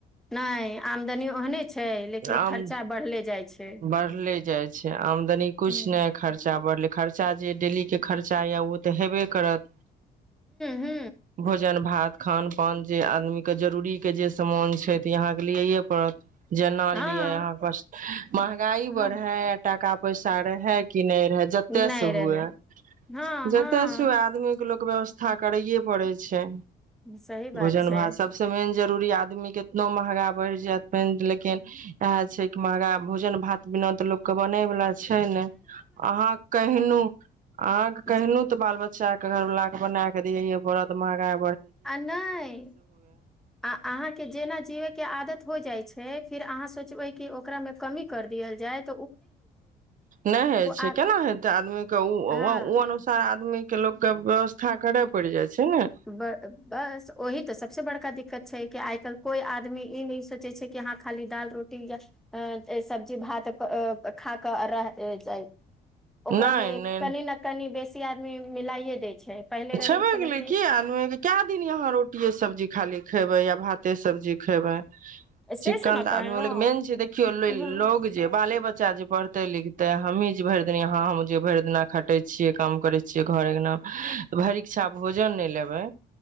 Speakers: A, in the centre; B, on the right.
A: नहि आमदनी ओहने छै लेकिन
B: आम
A: खर्चा बढ़ले जाइ छै
B: बढ़ले जाइ छै तनी कु
A: हू
B: ने खर्चा बढ़ल खर्चा जे डेली के खर्चा या उ तऽ हेबे करत
A: हू
B: भोजन भात खान पान जे आदमी के जरूरी के जे सामान छै त यहााँ के लिए ये पत जेना
A: हँ
B: लिय अहाँ पर महगाई
A: हँ
B: बढ़ै टाका पइ सा रह है कि नहि जते
A: नहि
B: से
A: रहै
B: हुए
A: हँ
B: जते
A: हँ
B: से हए आदमी लोक व्यवस्था करैए पड़ै छै
A: सही बात
B: भोजन
A: छै
B: भात सबस मेन जरूर आदमी केतनो महगा बढ़ि जायत लेकिन इएह छै कि महगा भोजन भात बिना त लोक के बनेवला छै नहि अहाँ कहनहु अहाँके कहनहु
A: जे-
B: तऽ बाल बच्चा बच्चा के घरवालला के बना के दिय हे बड़द महगाई
A: आ नहि आ अहाँके जेना जीवै के आदत हो जाइ छै फिर अहाँ सोचबै कि ओकरामे कमी कर देल जाइत
B: नहि होइ छै
A: आ
B: केना हेतै आदमीके ओ
A: हँ
B: ओ अनुसार आदमी के लोको के व्यवस्था करे पड़ जाय छै ने
A: ब बस ओहि तऽ से बड़का द दिक्कत छै आइ कल कोइ आदमी ई नहि स ज छै कि अहाँ खाली दाल रोटी या अ सब्जी भात खा कऽ रह जाइ ओकरामे
B: नहि नहि
A: कनि न कनि बेसी आदमी मिलाइे दै छै पहिले रहै
B: छेबे
A: छलै
B: गेलै
A: किी
B: की दिन यहा रोट सब् खाली खयबै या भाते सब्जी खयबै
A: से
B: चिक्कन
A: से ने
B: तऽ
A: कहलहुँ
B: आदमी मेन छै देखियौ
A: हँ
B: लोग जे बाले बच्चा बच्चा जे पढ़तै लिखते हमहीँ जे भरि दििन यहाँ हम जे भरि दिना खटै छियै काम करै छियै घर अङ्गना भरि इच्छा भोजन नहि लेबै